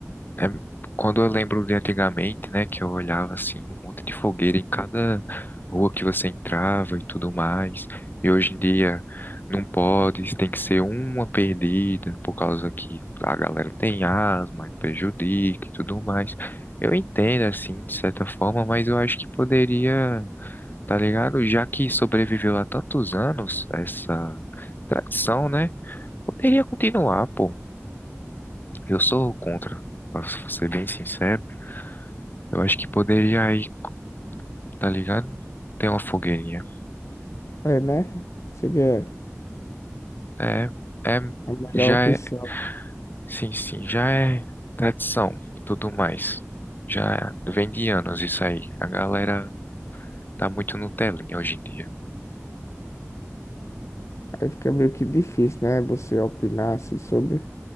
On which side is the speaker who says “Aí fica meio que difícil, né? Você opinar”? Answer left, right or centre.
Left